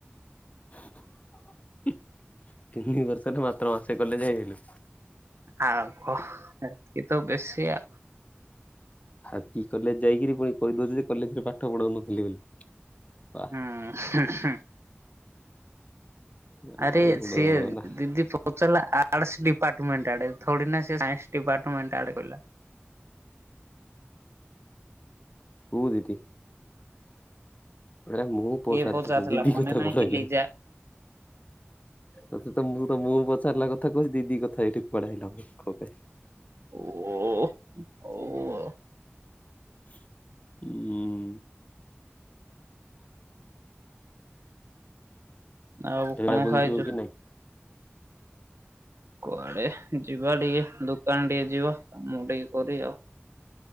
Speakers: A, on the left (about 35°); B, on the right (about 80°).
A: <unintelligible> ମାତ୍ର ମାସେ କଲେଜ ହେଇଗଲୁ।
B: ଆଉ କ ଏଠି ତ ବେଶୀ ଆ
A: ହାତୀ କଲେଜ ଯାଇକିରି ପୁଣି କହିଦଉଛି ଯେ କଲେଜ ରେ ପାଠ ପଢ଼ଉନଥିଲେ ବୋଲି। ବା
B: ହୁଁ <unintelligible>
A: ମାନିବାକୁ
B: ଆରେ
A: ପଡିବ
B: ସିଏ
A: ନା
B: ଦିଦି ପ ପଚାରିଲା ଆର୍ଟସ ଡିପାର୍ଟମେଣ୍ଟ ଆଡ଼େ ଥୋଡ଼ି ନାଁ ସେ ସାଇନ୍ସ ଡିପାର୍ଟମେଣ୍ଟ ଆଡ଼େ କହିଲା।
A: କୁହ ଦିଦି ଏଡ଼ା ମୁଁ ପଚାରିଥିଲି
B: କିଏ ପଚାରିଥିଲା
A: ଦିଦି
B: ମନେ
A: କଥା
B: ନାହିଁ
A: କଳେଇଲେ।
B: କି ଲିଜା
A: ତତେ ତ ମୁଁ ତ ମୁଁ ପଚାରିଲା କଥା କହୁଛିି ଦିଦି କଥା ଏଇଠି କୁଆଡେ ଆଇଲା କ ଏବେ।
B: ଓ ଓଉ।
A: ଉଁ।
B: ଆଉ
A: ଏଇପାଳି
B: କଣ
A: ବୁଲଯିବ
B: ଖାଇଛୁ?
A: କି ନାଇଁ?
B: କୁଆଡେ ଯିବା ଟିକେ ଦୋକାନ ଟିକେ ଯିବା ମୁଁ ଟିକେ କରି ଆଉ।